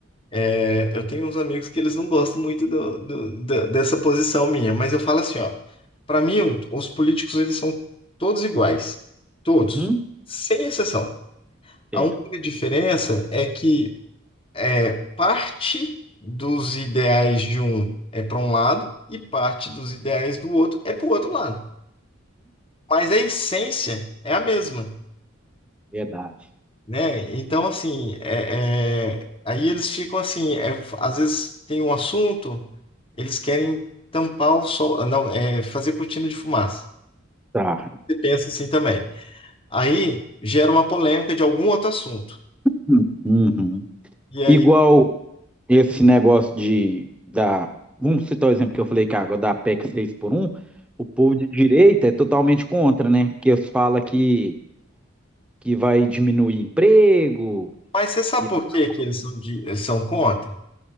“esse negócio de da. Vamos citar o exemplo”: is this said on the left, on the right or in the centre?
Centre